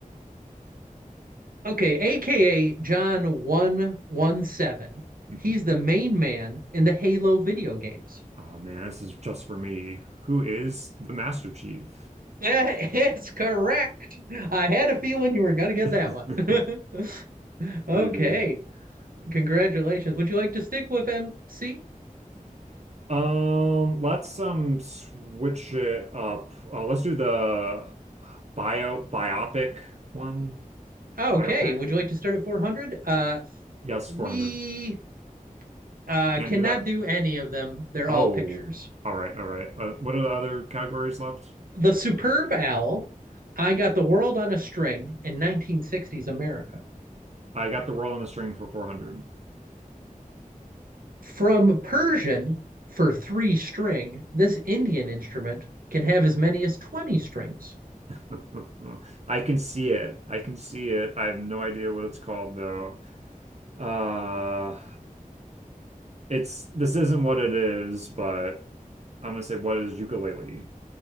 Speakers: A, on the right (about 80°); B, on the right (about 50°).
A: Okay, aka John 117.
B: <laughs>
A: He's the main man in the Halo video games. <laughs>
B: Oh man, this is just for me. Who is the Master Chief?
A: That is correct. I had a feeling you were going to get
B: <laughs>
A: that one. <laughs> Okay,
B: Freebie.
A: congratulations. Would you like to stick with MC?
B: Um, let's um switch it up. Uh, let's do the bio biopic one.
A: Okay,
B: Biopic.
A: would you like to start at 400? Uh,
B: Yes,
A: we
B: 400.
A: uh,
B: Can't
A: cannot
B: do that.
A: do any of them. They're
B: Oh,
A: all pictures.
B: all right, all right. Uh, what are the other categories left?
A: The Superb Owl, I Got the World on a String in 1960s America.
B: I got the world on a string for 400.
A: From Persian for three string, this Indian instrument can have as many as 20 strings.
B: <laughs> I can see it. I can see it. I have no idea what it's called though. Uh, it's this isn't what it is, but I'm gonna say what is ukulele?